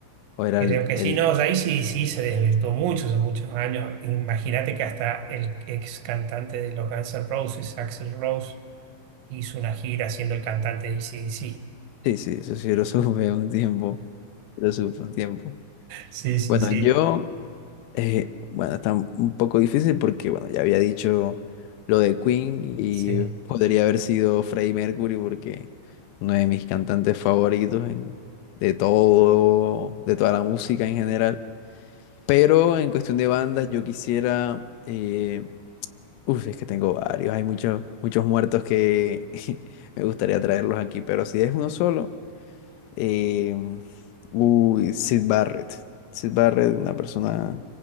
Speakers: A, on the left; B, on the right.
A: O era
B: creo
A: el...
B: que
A: el...
B: sí, no, ahí sí, sí se desvirtuó mucho hace muchos años. Imagínate que hasta el ex cantante de los Guns N' Roses, Axl Rose, hizo una gira siendo el cantante de ac Sí,
A: Sí, sí, eso sí lo <laughs> supe un tiempo. Lo supe un tiempo.
B: sí, sí,
A: Bueno, yo... Eh, bueno, está un poco difícil porque, bueno, ya había dicho lo de Queen y
B: sí.
A: podría haber sido Freddie Mercury porque uno de mis cantantes favoritos en- de todo, de toda la música en general. Pero en cuestión de bandas, yo quisiera, eh, uf, es que tengo varios, hay muchos, muchos muertos que <laughs> me gustaría traerlos aquí, pero si es uno solo. Eh, uy, Sid Barrett. Sid Barrett, una persona